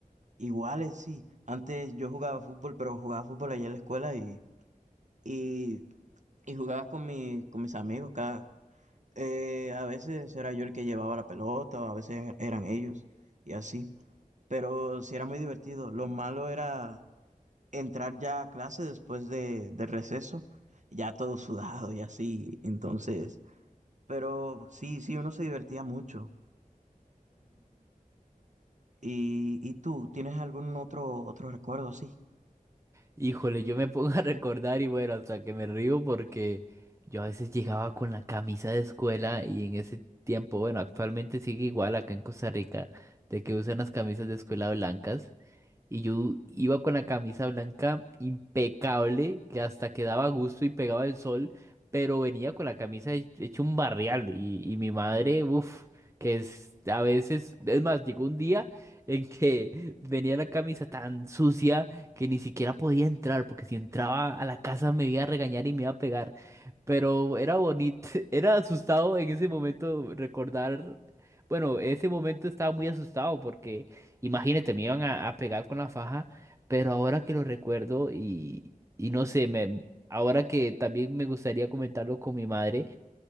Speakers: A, on the right; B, on the right.
A: iguales, sí. Antes yo jugaba fútbol, pero jugaba fútbol allá en la escuela y, y, y jugaba con, mi, con mis amigos. Cada, eh, a veces era yo el que llevaba la pelota, o a veces er- eran ellos y así. Pero sí era muy divertido. Lo malo era entrar ya a clase después de, del receso, ya todo sudado y así. Entonces, pero sí, sí, uno se divertía mucho. Y, y tú, ¿tienes algún otro, otro recuerdo así?
B: Híjole, yo me <laughs> pongo a recordar y bueno, hasta que me río porque yo a veces llegaba con la camisa de escuela y en ese tiempo, bueno, actualmente sigue igual acá en Costa Rica, de que usan las camisas de escuela blancas. Y yo iba con la camisa blanca impecable, que hasta quedaba a gusto y pegaba el sol, pero venía con la camisa he- hecha un barrial. Y, y mi madre, uff, que es a veces, es más, llegó un día en que <laughs> venía la camisa tan sucia que ni siquiera podía entrar, porque si entraba a la casa me iba a regañar y me iba a pegar. Pero era bonito, <laughs> era asustado en ese momento recordar, bueno, ese momento estaba muy asustado porque... Imagínate, me iban a, a pegar con la faja, pero ahora que lo recuerdo y, y no sé, me, ahora que también me gustaría comentarlo con mi madre,